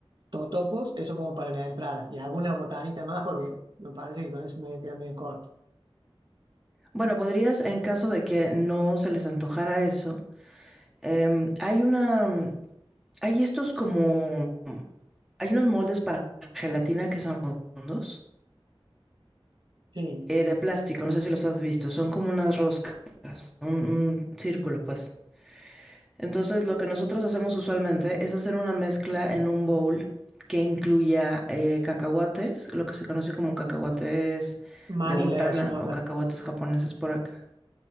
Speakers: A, on the right (about 50°); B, in the centre.
A: totopos, eso como para la entrada. Y alguna botanita más porque me parece que con eso me voy a quedar medio corto.
B: Bueno, podrías, en caso de que no se les antojara eso, em, hay una, mm, hay estos como, hay unos moldes para gelatina que son redondos,
A: Sí,
B: eh, de plástico, no sé si los has visto, son como unas roscas, un, un círculo, pues. Entonces, lo que nosotros hacemos usualmente es hacer una mezcla en un bowl que incluya eh, cacahuates, lo que se conoce como cacahuates
A: mani
B: de botana
A: le decimos
B: o
A: acá.
B: cacahuates japoneses por acá.